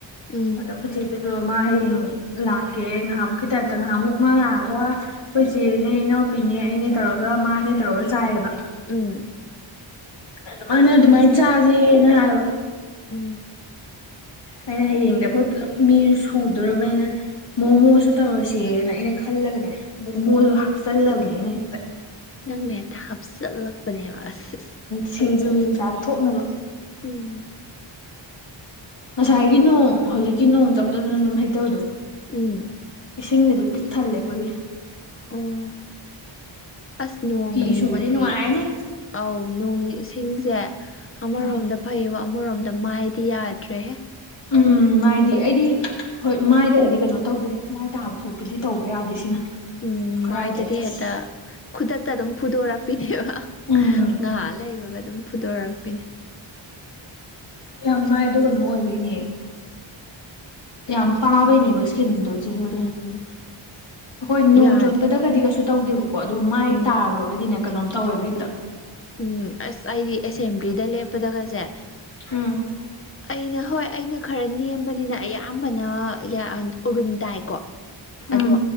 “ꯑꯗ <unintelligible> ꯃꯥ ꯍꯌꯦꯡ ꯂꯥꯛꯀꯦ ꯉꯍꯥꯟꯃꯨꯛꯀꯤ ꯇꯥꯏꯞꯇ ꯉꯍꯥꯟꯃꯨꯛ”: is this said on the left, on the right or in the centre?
Left